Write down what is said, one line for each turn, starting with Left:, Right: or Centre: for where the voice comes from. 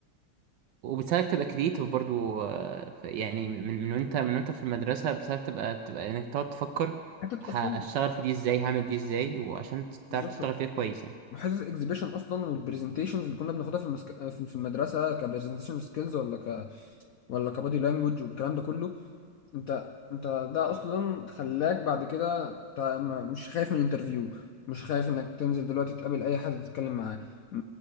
Right: وبتساعدك تبقى كرييتيف برضو آه، ف- يعني من من وانت من وانت في المدرسة بتساعدك تبقى تبقى انك تقعد تفكر
Left: حتة
Right: هشتغل
Left: أصلا
Right: في دي ازاي هعمل دي ازاي وعشان
Left: بالظبط
Right: تعرف تشتغل فيها كويس يعني
Left: وحته الاكزيبيشن اصلا والبرزنتيشنز اللي كنا بناخدها في المسك... في في المدرسه كبرزنتيشن سكيلز ولا ك ولا كبادي لانجوج والكلام ده كله انت انت ده اصلا خلاك بعد كده انت ما- مش خايف من انترفيو مش خايف انك تنزل دلوقتي تقابل اي حد تتكلم معاه م-